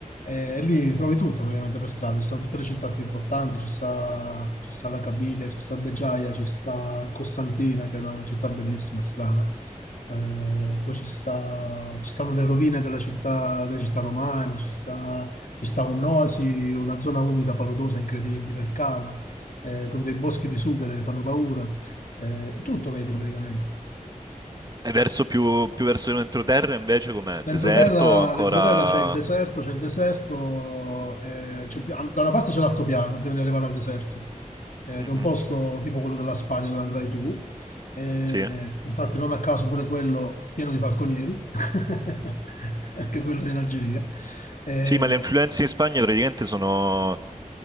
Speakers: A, on the left; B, on the right.
A: E lì trovi tutto praticamente per strada, ci sono tutte le città più importanti, ci sta, ci sta la Cabilia, ci sta Beggiaia, ci sta Costantina, che è una città bellissima, strana. Eh, poi ci sta- ci stanno le rovine della città, delle città romane, ci sta, ci sta un'oasi, una zona umida paludosa incredibile, il Cala, eh, con dei boschi di sughero che fanno paura. Eh, tutto vedi praticamente.
B: E verso più, più verso l'entroterra invece com'è?
A: L'entroterra
B: Deserto o ancora...
A: l'entroterra c'è il deserto, c'è il deserto, eh, c'è pi- da una parte c'è l'altopiano prima di arrivare al deserto, eh,
B: Mhm.
A: che è un posto tipo quello della Spagna dove andrai tu, eh,
B: Sì. eh?
A: infatti non a caso pure quello pieno di falconieri, <laughs> anche quello in Algeria. Eh,
B: Sì, ma le influenze in Spagna praticamente sono